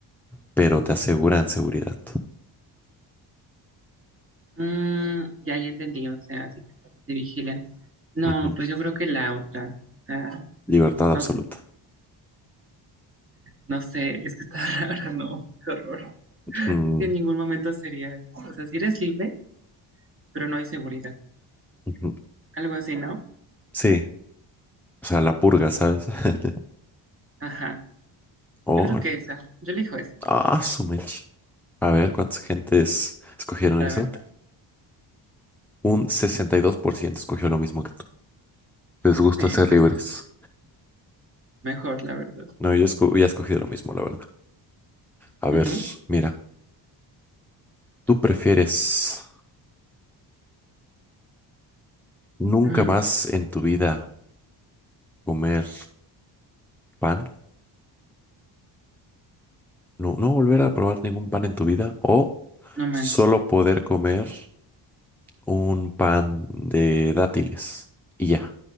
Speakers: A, in the centre; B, on the right (about 30°).
A: pero te aseguran seguridad.
B: mm, ya, ya entendí, o sea, si te vigilan. No,
A: Ujú.
B: pues yo creo que la otra. O sea,
A: Libertad
B: no,
A: absoluta.
B: no sé, es que está <laughs> rara, ¿no? Qué horror.
A: Mm,
B: Que en ningún momento sería, o sea, si eres libre, pero no hay seguridad.
A: ujú.
B: Algo así, ¿no?
A: Sí, o sea, la purga, ¿sabes? <laughs>
B: Ajá.
A: Oh,
B: Yo creo que esa, yo elijo esa,
A: ah, su mecha. A ver, ¿cuántas gentes escogieron
B: la
A: eso?
B: verdad.
A: Un 62% escogió lo mismo que tú. Les gusta
B: Sí,
A: ser
B: pues
A: libres.
B: sí, mejor, la verdad.
A: No, yo esco- hubiera escogido lo mismo, la verdad. A ver,
B: Ujú,
A: mira, ¿tú prefieres nunca
B: ujú,
A: más en tu vida comer pan? No, no volver a probar ningún pan en tu vida o
B: No manches.
A: solo poder comer un pan de dátiles y ya.